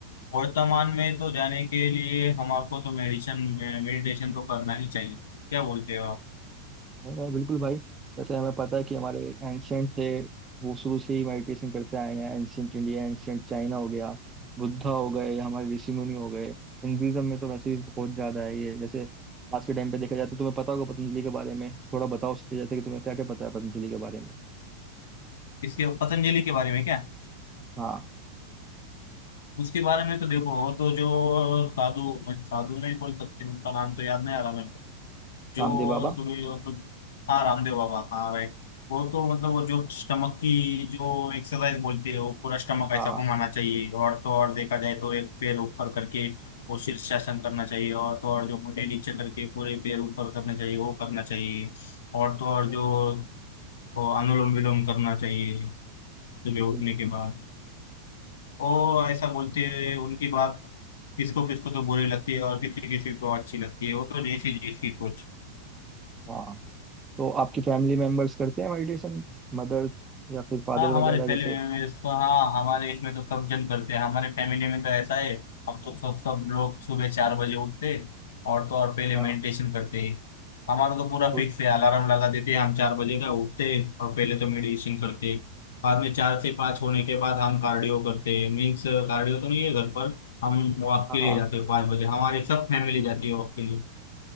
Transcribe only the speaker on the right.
नहीं नहीं बिल्कुल भाई जैसे हमें पता है कि हमारे एंशियंट थे वो शुरू से ही मेडिटेशन करते आए हैं एंशियंट इंडिया एंशियंट चाइना हो गया बुद्धा हो गए या हमारे ऋषि मुनि हो गए हिंदुइज्म में तो वैसे भी बहुत ज्यादा है ये जैसे आज के टाइम पे देखा जाए तो तुम्हें पता होगा पतंजलि के बारे में थोड़ा बताओ उसके जैसे कि तुम्हें क्या क्या पता है पतंजलि के बारे में
हाँ
रामदेव बाबा
हाँ
हम्म,
बिल्कुल
बिल्कुल।
हाँ तो आपकी फैमिली मेंबर्स करते हैं मेडिटेशन मदर्स या फिर फादर
वगैरह
जैसे
हाँ
हाँ
हाँ,